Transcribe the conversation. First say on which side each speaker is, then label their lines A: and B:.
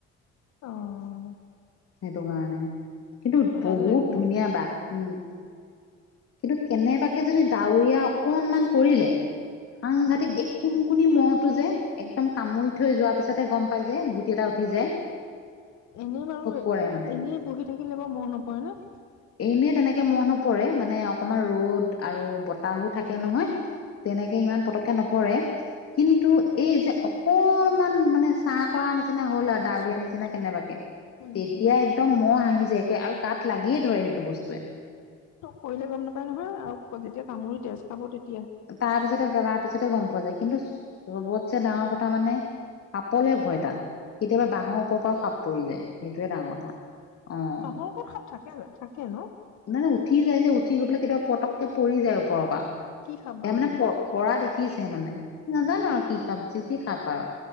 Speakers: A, on the left (about 75°); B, on the left (about 50°).
A: অ'।
B: সেইটো কাৰণে, কিন্তু
A: ভাল
B: বহুত
A: লাগে ন
B: ধুনীয়া বাঁহ। উম, কিন্তু কেনেবাকে যদি দাৱৰিয়া অকনমান কৰিলে। সাংঘাতিক
A: উম
B: এক কোন কুনি মহতো যে একদম কামুৰি থৈ যোৱাৰ পিছতহে গ'ম পাই যে, গুটি এটা উঠি যায়। <inaudible>
A: এনে বাৰু,
B: পৰে মানে
A: এনে বহি থাকিলে বাৰু মহ নপৰে নে?
B: এনে তেনেকে মহ নপৰে মানে অকমান ৰ'দ আৰু বতাহো থাকে নহয়। তেনেকে ইমান পতকে নপৰে, কিন্তু এই যে অকনমান মানে চা পৰা নিচিনা হ'ল
A: বুজিছো
B: আৰু দাৱৰীয়া
A: বুজিছো
B: নিচিনা কেনেবাকে,
A: বুজিছো।
B: তেতিয়া একদম মহ আহি যায় একে আৰু গাত লাগিয়ে ধৰে সেইটো বস্তুৱে।
A: পৰিলে গ'ম নাপাই নহয় আৰু যেতিয়া কামুৰি তেজ খাব তেত
B: তাৰ পিছতে একেবাৰে পিছতে গ'ম পোৱা যায় কিন্তু চবটচে ডাঙৰ কথা মানে সাপলে ভয় তাত, কেতিয়াবা বাঁহৰ ওপৰৰ পৰাও সাপ পৰি যায় সেইটোৱে ডাঙৰ কথা। অ'।
A: বাহৰ ওপৰত সাপ থাকে জানো, থাকে ন'?
B: নাই নাই উঠি যায় যে, উঠি গৈ পেলাই কেতিয়াবা পটককে পৰি যায় ওপৰৰ পৰা,
A: কি সাপ
B: সেয়া
A: বাৰু
B: মানে
A: সেইবিলাক?
B: প পৰা দেখিছে মানে, নাজানো আৰু কি সাপ জিটি সাপ আৰু।